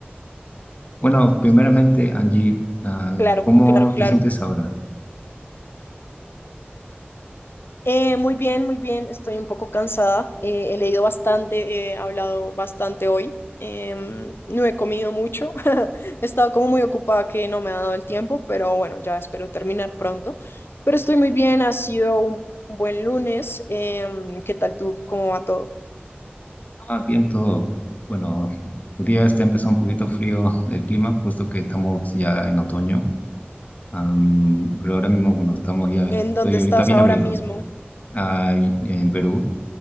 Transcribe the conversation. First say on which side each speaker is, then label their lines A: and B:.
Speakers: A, on the left (about 40°); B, on the left (about 70°).
A: Bueno, primeramente, Angie, ah,
B: Claro,
A: ¿cómo
B: claro,
A: te
B: claro.
A: sientes ahora?
B: Eh, muy bien, muy bien. Estoy un poco cansada. eh, he leído bastante, eh, he hablado bastante hoy. em, no he comido mucho. <laughs> He estado como muy ocupada que no me ha dado el tiempo, pero bueno, ya espero terminar pronto. Pero estoy muy bien. Ha sido un buen lunes. em, ¿qué tal tú? ¿Cómo va todo?
A: Ah, bien todo. Bueno, el día este empezó un poquito frío el clima, puesto que estamos ya en otoño. Am, pero ahora mismo, bueno, estamos ya, estoy
B: ¿En dónde estás
A: ahorita bien
B: ahora
A: abrigado
B: mismo?
A: ah, y- en Perú,